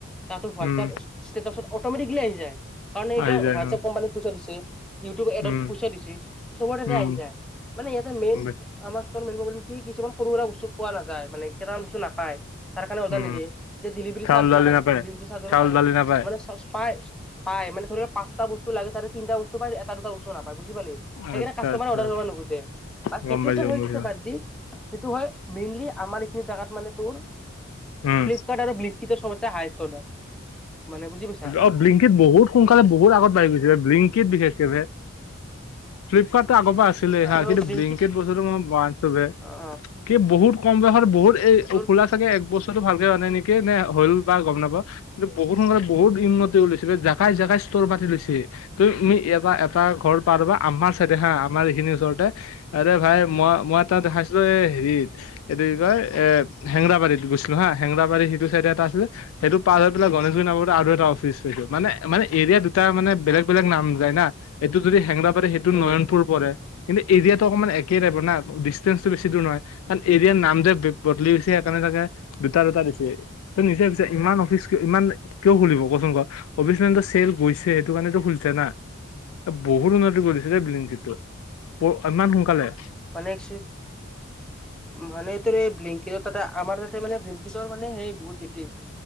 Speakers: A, in the centre; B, on the left (about 85°).
A: তাহাঁতৰ হোৱাটছআপ
B: উম
A: ষ্টেটাচত অটমেটিক আহি যায়। কাৰণ এইগিলা
B: আহি যায়
A: হোৱাটছএপ
B: উম
A: কোম্পানী পইচা দিছে, ইউটিউব এডত
B: উম
A: পোচাই দিছে, চবৰ ততে
B: উম
A: আহি যায় মানে ইয়াতে মেইন
B: গম পাইছো।
A: আমাৰ ষ্টোৰৰ মেইন প্ৰব্লেম কি কিছুমান সৰু-সুৰা পোৱা নাযায় মানে কেইটামান বস্ত নাপাই, তাৰ কাৰণ অৰ্ডাৰ
B: উম
A: নিদিয়ে, যে ডেলিভাৰী
B: চাউল
A: চাৰ্জ
B: দালি
A: লগাই
B: নাপায়
A: দিছে ডেলিভাৰী চাৰ্জৰ
B: চাউল
A: কাৰে
B: দালি নাপায়
A: মানে চচ পায়, পায় মানে ধৰি লও পাঁচটা বস্তু লাগে তাৰে তিটা বস্তু পায় এটা দুটা বস্তু নাপায় বুজি পালি। সেইকাৰে
B: আচ্ছা
A: কাষ্টমাৰে
B: আচ্ছা
A: অৰ্ডাৰ
B: আচ্ছা,
A: কৰিবা নুখুজে। বা
B: গম
A: সিটোতো
B: পাইছো গম
A: হৈছে
B: পাইছো
A: বাদ দি। সেইটো হয় মেইনলি আমাৰ এইখিনি জাগাত মানে তোৰ,
B: উম
A: ফ্লিপকাৰ্ট আৰু চবতে হায়ষ্ট অৰ্ডাৰ, মানে বুজি পাইছা।
B: ব বি লিংকি বহুত সোনকালে বহুতগত বাঢ়ি গৈছে বি লিংকিতত বিশেষকে। ফ্লিপকাৰ্টটো আগৰ পৰা আছিলে
A: আৰু
B: হা কিন্তু
A: ব্লিংকিট
B: বলেংকেট বস্তুটো মই
A: অ
B: কি বহুত কম বয়সত বহুত এই
A: তোৰ
B: খোলা চাগে এক বছৰ টো ভালকে হয় নাই নেকি নে হ'ল বা গম নাপা কিন্তু বহুত সোনালে বহুত উন্নতিওলাইছিলে জোকাই জোকাই ষ্টৰ পাতি লৈছে। তুমি এটা এটা ঘৰ পবা আমাৰ চাইডে হা আমাৰ এইখিনিৰ ওচৰতে। আৰে ভাই মই মই তাত দেখাইছিলো এই হেৰিত এইটো কি কয় এ হেংগৰাবাৰীত গৈছিলো হা হেংৰাবাৰী সিটো চাইডে এটা আছিলে। সেইটো পাৰ হৈ পেলাই গণেশ আৰু এটা অফিচছ মানে মানে এৰিয়া দুটা মানে বেলেগ বেলেগ নাম যায় না এইটো যদি হেংৰা পাতে সেইটো নয়নপুৰ
A: উম
B: পৰে কিন্তু এৰিয়াতটো অকণমান একে টাইপ না ডিষ্টেঞ্চটো বছি দূৰ নহয়। কাৰণ এৰিয়াৰ নাম যে বদলি গৈছে সেইকাৰণে চাগে দুটা দুটা দিছে। ত নিজে পিছে ইমান অফিচ ইমান কিয় খুলিব কচোন ক অবিচন্দ চেল গৈছে সেইটো কাৰণেতো খুলিছে না। বহুত উন্নতি কৰিছিলে বিলত ইমান সোনকালে।
A: পানক মানে এই তোৰ এই ভিংকিজৰ তাতে আমাৰ তাতে মানে ভিকিজৰ মানে সেই বহুত বিশেষ।